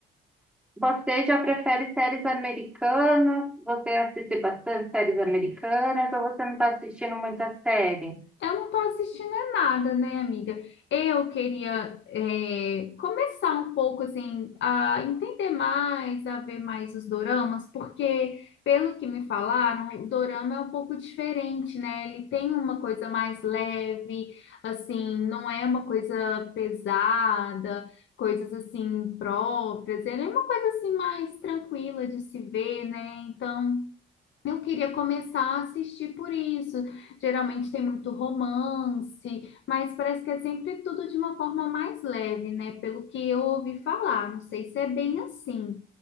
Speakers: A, in the centre; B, on the left.
A: você já prefere séries americanas? Você assiste bastante séries americanas ou você não está assistindo muita série?
B: Eu não tô assistindo a nada, né, amiga? Eu queria é, começar um pouco, assim, a entender mais, a ver mais os doramas, porque, pelo que me falaram, o dorama é um pouco diferente, né? Ele tem uma coisa mais leve, assim, não é uma coisa pesada, coisas, assim, próprias. Ele é uma coisa, assim, mais tranquila de se ver, né? Então... Eu queria começar a assistir por isso. Geralmente tem muito romance, mas parece que é sempre tudo de uma forma mais leve, né? Pelo que eu ouvi falar, não sei se é bem assim.